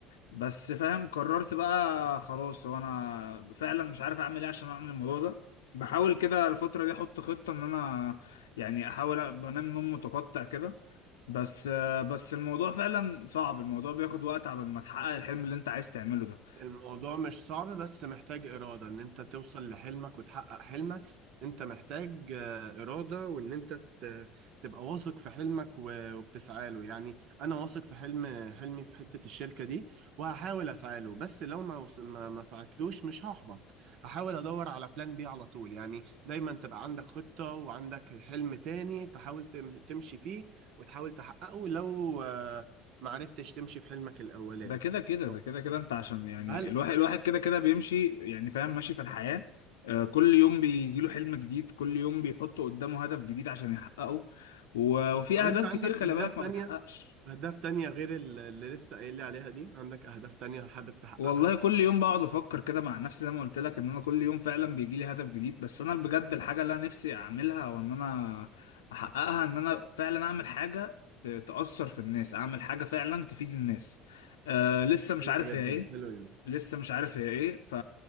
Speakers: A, on the left; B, on the right.
A: بس فاهم قررت بقى خلاص هو انا فعلا مش عارف اعمل ايه عشان اعمل الموضوع ده بحاول كده الفترة دي احط خطة ان انا يعني احاول أ- بنام نوم متقطع كده بس بس الموضوع فعلا صعب الموضوع بياخد وقت عبال ما تحقق الحلم اللي انت عايز تعمله ده
B: الموضوع مش صعب بس محتاج إرادة إن أنت توصل لحلمك وتحقق حلمك أنت محتاج آه، إرادة وإن أنت ت- تبقى واثق في حلمك و- وبتسعى له يعني أنا واثق في حلم حلمي في حتة الشركة دي وهحاول أسعى له بس لو ما وص- ما ما سعتلوش مش هحبط هحاول أدور على بلان بي على طول يعني دايما تبقى عندك خطة وعندك حلم تاني تحاول تم- تمشي فيه وتحاول تحققه لو آه، ما عرفتش تمشي في حلمك الأولاني
A: ده كده كده
B: طب
A: ده كده كده انت عشان يعني
B: هل
A: الواحد الواحد كده كده بيمشي يعني فاهم ماشي في الحياة آه، كل يوم بيجيله حلم جديد كل يوم بيحط قدامه هدف جديد عشان يحققه و- وفي
B: طب
A: اهداف
B: انت عندك
A: كتير خلي
B: اهداف
A: بالك
B: تانية
A: ما بتحققش
B: اهداف تانية غير ال- اللي لسه قايل لي عليها دي عندك اهداف تانية حابب تحققها
A: والله كل يوم بقعد افكر كده مع نفسي زي ما قلت لك ان انا كل يوم فعلا بيجي لي هدف جديد بس انا بجد الحاجه اللي انا نفسي اعملها وان انا احققها ان انا فعلا اعمل حاجه ت- تاثر في الناس اعمل حاجه فعلا تفيد الناس آه لسه مش
B: حلو
A: عارف
B: جدا
A: هي ايه
B: حلو جدا
A: لسه مش عارف هي ايه ف...